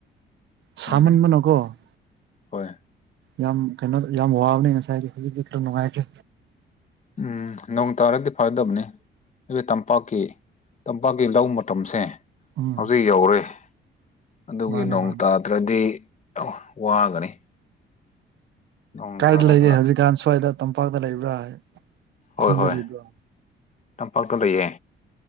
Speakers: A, on the right; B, on the left.
A: ꯁꯥꯃꯟꯕꯅꯀꯣ
B: ꯎꯝ ꯍꯣꯏ
A: ꯌꯥꯝ ꯀꯩꯅꯣ ꯌꯥꯝ ꯋꯥꯕꯅꯦ ꯉꯁꯥꯏꯗꯤ ꯍꯧꯖꯤꯛꯇꯤ ꯈꯔ ꯅꯨꯡꯉꯥꯏꯇ꯭ꯔꯦ
B: ꯎꯝ ꯅꯣꯡ ꯇꯥꯔꯗꯤ ꯐꯥꯔꯗꯕꯅꯤ ꯑꯩꯗꯨꯏ ꯇꯝꯄꯥꯛꯀꯤ ꯇꯝꯄꯥꯛꯀꯤ ꯂꯧ ꯃꯇꯝꯁꯦ
A: ꯎꯝ
B: ꯍꯧꯖꯤꯛ ꯌꯧꯔꯦ ꯑꯗꯨꯒꯤ
A: ꯃꯥꯅꯦ
B: ꯅꯣꯡ
A: ꯃꯥꯅꯦ
B: ꯇꯥ ꯇꯥꯗꯔꯗꯤ ꯌꯤꯝ ꯋꯥꯒꯅꯤ ꯅꯣꯡ
A: ꯀꯥꯏꯗ
B: ꯇꯥꯔꯒ
A: ꯂꯩꯒꯦ ꯍꯧꯖꯤꯛꯀꯥꯟ ꯁ꯭ꯋꯥꯏꯗ ꯇꯝꯄꯥꯛꯇ ꯂꯩꯕ꯭ꯔꯥ
B: ꯍꯣꯏ
A: ꯈꯨꯟꯗ
B: ꯍꯣꯏ
A: ꯂꯩꯕ꯭ꯔꯥ
B: ꯇꯝꯄꯥꯛꯇ ꯂꯩꯌꯦ